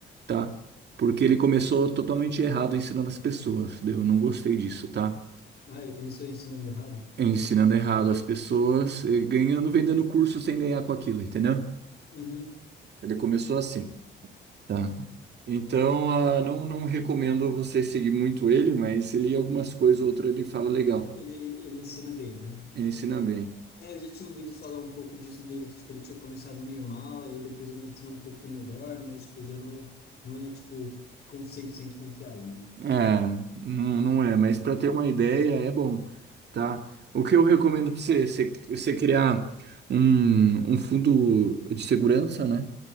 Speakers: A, on the right; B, on the left.
A: tá? Porque ele começou totalmente errado ensinando as pessoas, daí eu não gostei disso, tá?
B: Ah, ele começou ensinando errado?
A: Ensinando errado as pessoas, e ganhando, vendendo curso sem ganhar com aquilo, entendeu?
B: Uhum.
A: Ele começou assim. tá? Então, ah, não, não recomendo você seguir muito ele, mas ele algumas coisas, outra ele fala legal.
B: Ele, ele ensina bem, né?
A: Ele ensina bem.
B: É, eu já tinha ouvido falar um pouco disso dele, que tipo, ele tinha começado meio mal, aí depois ele ensinou um pouquinho melhor, mas tipo, já não é, não é tipo, com- 100% confiável, né?
A: É, não, não é, mas para ter uma ideia é bom, tá? O que eu recomendo para você, você, você criar um, um fundo de segurança, né?